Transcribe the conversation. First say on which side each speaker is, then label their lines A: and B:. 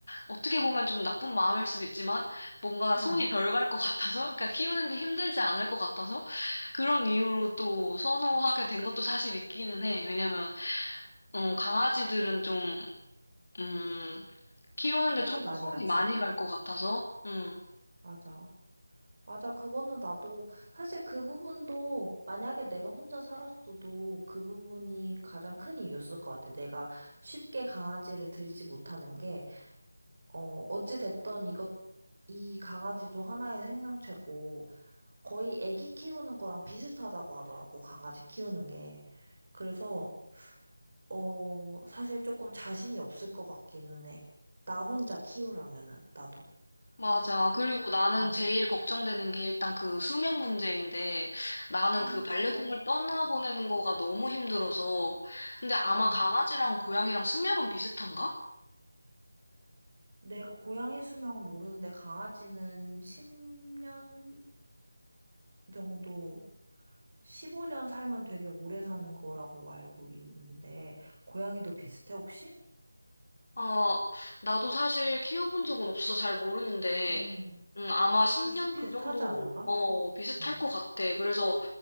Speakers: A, on the left (about 40°); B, on the right (about 40°).
A: 어떻게 보면 좀 나쁜 마음일 수도 있지만 뭔가
B: 응.
A: 손이 덜 갈 것 같아서 그러니까 키우는데 힘들지 않을 것 같아서 그런 이유로 또 선호하게 된 것도 사실 있기는 해. 왜냐면 어, 강아지들은 좀 음, 키우는데
B: 손이
A: 좀 더
B: 많이 갔지
A: 손이 많이 갈 것 같아서 음.
B: 맞아. 맞아. 그거는 나도 사실 그 부분도 만약에 내가 혼자 살았어도 그 부분이 가장 큰 이유였을 것 같아. 내가 쉽게 강아지를 들이지 못하는 게, 어, 어찌됐던 이것 이 강아지도 하나의 생명체고, 거의 애기 키우는 거랑 비슷하다고 하더라고, 강아지 키우는 게. 그래서, 어, 사실 조금 자신이 없을 것 같기는 해. 나 혼자 키우라면은, 나도.
A: 맞아.
B: 한,
A: 그리고 나는
B: 음,
A: 제일 걱정되는 게 일단 그 수명 문제인데 나는
B: 음,
A: 그 반려동물
B: 맞아.
A: 떠나보내는 거가 너무 힘들어서 근데 아마
B: 음.
A: 강아지랑 고양이랑 수명은 비슷한가?
B: 내가 고양이 수명은 모르는데, 강아지는 10년이 정도, 15년 살면 되게 오래 사는 거라고 알고 있는데, 고양이도 비슷해, 혹시?
A: 아, 나도 사실 키워본 적은 없어서 잘 모르는데,
B: 음,
A: 음, 아마 10년
B: 비슷비슷하지
A: 그 정도,
B: 않을까?
A: 어, 비슷할
B: 음.
A: 것 같아. 그래서,